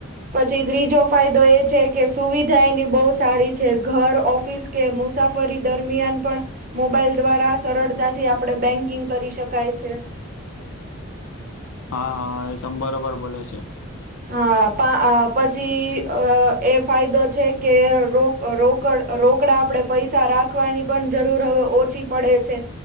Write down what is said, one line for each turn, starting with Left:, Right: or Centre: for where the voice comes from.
Right: પછી ત્રીજો ફાયદો એ છે કે સુવિધા એની બહુ સારી છે. ઘર, ઓફિસ કે મુસાફરી દરમિયાન પણ મોબાઈલ દ્વારા સરળતાથી આપણે બેન્કિંગ કરી શકાય છે.
Left: હા હા એ તમ બરોબર બોલે છે.
Right: હા પછી એ એ ફાયદો છે કે રો રોકડ રોકડા આપણેે પૈસા રાખવાની પણ જરૂર હવે ઓછી પડે છે.